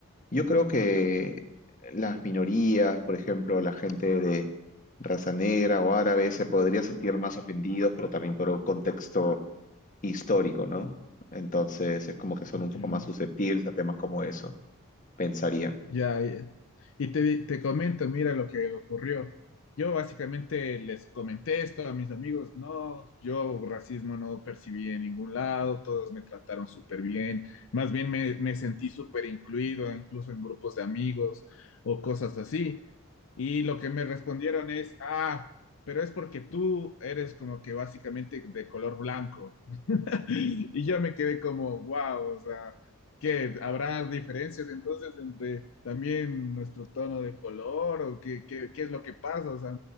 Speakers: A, on the left (about 35°); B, on the left (about 65°).
A: Yo creo que las minorías, por ejemplo, la gente de raza negra o árabe se podría sentir más ofendidos, pero también por un contexto histórico, ¿no? Entonces es como que son un poco
B: Ya.
A: más susceptibles a temas como eso, pensaría.
B: Ya, ya. y te, te comento, mira lo que ocurrió. Yo básicamente les comenté esto a mis amigos, no, yo racismo no percibí en ningún lado, todos me trataron súper bien, más bien me, me sentí súper incluido, incluso en grupos de amigos o cosas así. Y lo que me respondieron es, ah, pero es porque tú eres como que básicamente de color blanco. Y yo me quedé como, wow, o sea, ¿qué? ¿Habrá diferencias entonces entre también nuestro tono de color o qué, qué, qué es lo que pasa? O sea,